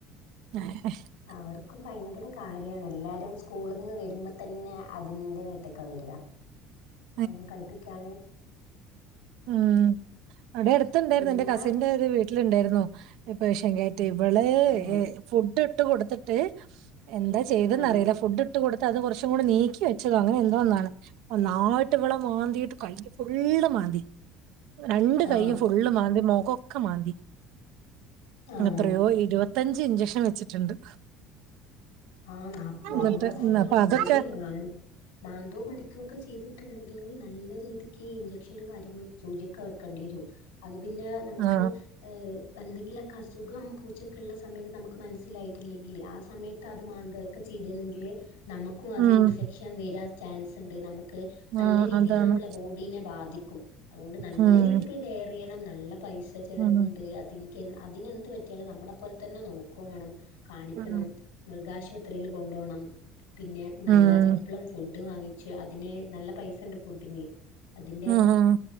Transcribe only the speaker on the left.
അവർക്കും ഭയങ്കര കാര്യാണ് ല്ലാരും സ്കൂള്ന്ന് വരുമ്പത്തന്നെ അതിന്റെ മെത്തേകാ വരിക.
അയിന് കളിപ്പിക്കാന്.
പിന്നെ
ആഹ്
ആഹ്
ആഹ്
ആഹ്
ആഹ് ന
അത് മാത്രല്ല
എന്തെങ്കിലും മാ മാന്തുവോ കടിക്കോക്കെ ചെയ്തിട്ടുണ്ടെങ്കില് നല്ല രീതിക്ക് ഇൻജക്ഷനും കാര്യങ്ങളും സൂചിയൊക്കെ വെ ക്കണ്ടിവരും, അത് പിന്നെ നമ്മക്ക്
എന്തെങ്കിലൊക്കെ അസ് സുഖം പൂച്ചക്ക്‌ള്ള സമയത്ത് നമ്മക്ക് മനസ്സിലായിട്ടില്ലെങ്കില് ആ സമയ തത് മാന്തൊക്കെ ചെയ്തരുന്നെങ്കില് നമ്മക്കു അത്
ഇൻഫെക്ഷൻ വരാൻ ചാൻസ്ണ്ട് നമ്മക്ക് നല്ല
രീതില്
നമ്മള ബോഡീനെ ബാധിക്കും അതുകൊണ്ട് നല്ല
രീതിക്ക് കെയർ ചെയ്യണം നല്ല പൈസ ചെലവുണ്ട്
അതിനികെ അതിനെന്ത് പറ്റിയാലും നമ്മള പോല തന്നെ നോക്കുംവേണം കാണിക്കണം
മൃഗാശുപത്രിയില് കൊണ്ടോണം പിന്നെ നല്ല
എപ പ്പളും ഫുഡ് വാങ്ങിച്ച് അതിനെ നല്ല പൈസെണ്ട് ഫുഡിന് അതിന്റെ